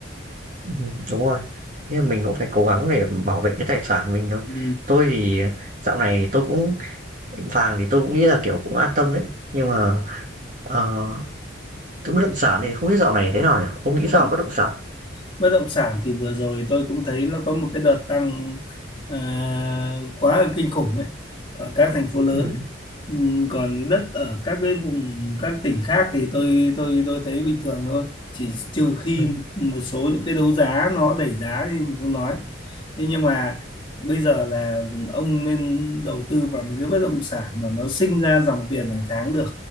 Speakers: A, on the right; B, on the left.
A: ừm, đúng rồi, thế mình cũng phải cố gắng để bảo vệ cái tài sản mình thôi.
B: ừ.
A: Tôi thì dạo này tôi cũng vàng thì tôi cũng nghĩ là, kiểu, cũng an tâm đấy, nhưng mà, ờ, thứ bất động sản này không biết dạo này thế nào nhỉ? Ông nghĩ
B: ừ.
A: sao về bất động sản?
B: bất động sản thì vừa rồi tôi cũng thấy nó có một cái đợt tăng à, quá là kinh khủng ấy ở các thành phố lớn
A: Ừm,
B: Ừm, còn cái đất ở các cái vùng các tỉnh khác thì tôi tôi tôi thấy bình thường thôi chỉ trừ khi
A: ừm,
B: một số những cái đấu giá nó đẩy giá thì mình không nói thế nhưng mà bây giờ là ông nên đầu tư vào một cái bất động sản mà nó sinh ra dòng tiền hàng tháng được